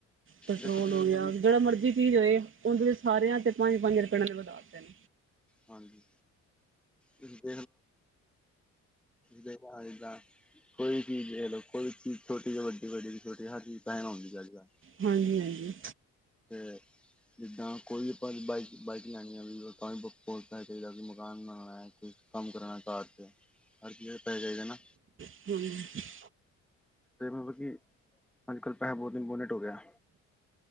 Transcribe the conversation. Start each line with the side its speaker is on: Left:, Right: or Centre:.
Right: ਪੈਟਰੋਲ
Centre: ਦੇਖੋ ਤੁਸੀਂ
Right: ਹੋ ਗਿਆ। ਜਿਹੜਾ ਮਰਜ਼ੀ ਪੀ ਜਾਵੇ ਉਹਦੇ ਵਿੱਚ ਸਾਰਿਆਂ 'ਤੇ ਪੰਜ ਪੰਜ ਰੁਪਏ ਨਾਂ ਦੇ ਵਧਾਤੇ ਨੇ
Centre: ਹਾਂਜੀ <unintelligible> ਦੇਖੋ ਇਦਾਂ ਕੋਈ ਚੀਜ਼ ਦੇਖ ਲਓ ਕੋਈ ਚੀਜ਼ ਛੋਟੀ ਜਾ ਵੱਡੀ ਵੱਡੀ ਛੋਟੀ ਹਰ ਚੀਜ਼ ਪਹਿਲਾ ਆਉਦੀ ਆ ਅੱਜ ਕੱਲ੍ਹ।
Right: ਹਾਂਜੀ-ਹਾਂਜੀ।
Centre: ਅਤੇ ਜਿੱਦਾਂ ਕੋਈ ਵੀ ਆਪਾਂ ਬਾਈਕ ਬਾਈਕ ਲਣੀਆਂ ਆ ਵੀ ਉਹ ਤਾਂ ਵੀ ਬਹੁਤ ਪੈਸਾ ਚਾਹੀਦਾ ਜੀ ਮਕਾਨ ਬਣਾਨਾ, ਕੋਈ ਕੰਮ ਕਰਾਨਾ ਘਰ ਚ, ਹਰ ਚੀਜ਼ ਚ ਪੈਹੇ ਚਾਹੀਦੇ ਨਾ।
Right: ਹੂੰ।
Centre: ਤੇ ਮਤਲਬ ਕਿ, ਅੱਜ-ਕੱਲ੍ਹ ਪੈਸਾ ਬਹੁਤ ਇੰਪੋਰਟੇਟ ਹੋਗਿਆ।